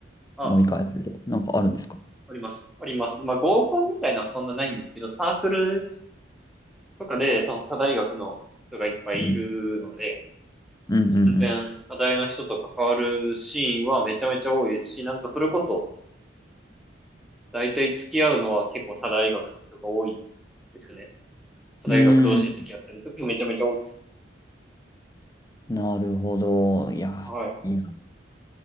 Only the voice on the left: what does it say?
飲み会やったりとか、なんかあるんですか
うん。うんうん
うん。うーん。なるほど。いや、
いいな。